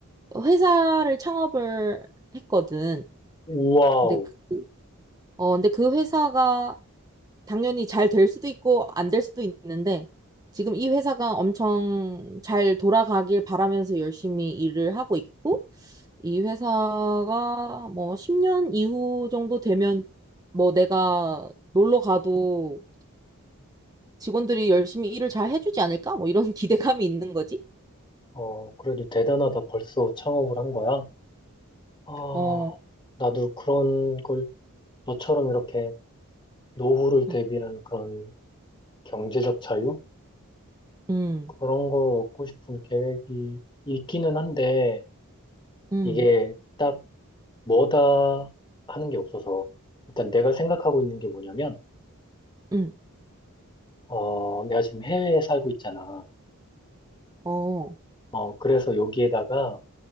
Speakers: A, on the right; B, on the left.
A: 회사를 창업을 했거든.
B: 우와우.
A: 근데 그, 어, 근데 그 회사가 당연히 잘 될 수도 있고 안 될 수도 있는데 지금 이 회사가 엄청 잘 돌아가길 바라면서 열심히 일을 하고 있고 이 회사가 뭐 10년 이후 정도 되면 뭐 내가 놀러 가도 직원들이 열심히 일을 잘 해주지 않을까? 뭐 이런 <laughs> 기대감이 있는 거지.
B: 어, 그래도 대단하다. 벌써 창업을 한 거야? 아,
A: 어,
B: 나도 그런 걸 너처럼 이렇게 노후를 대비한
A: 음,
B: 그런 경제적 자유?
A: 음,
B: 그런 걸 얻고 싶은 계획이 있기는 한데,
A: 음,
B: 이게 딱 뭐다 하는 게 없어서, 일단 내가 생각하고 있는 게 뭐냐면,
A: 음.
B: 어, 내가 지금 해외에 살고 있잖아.
A: 어,
B: 어, 그래서 여기에다가,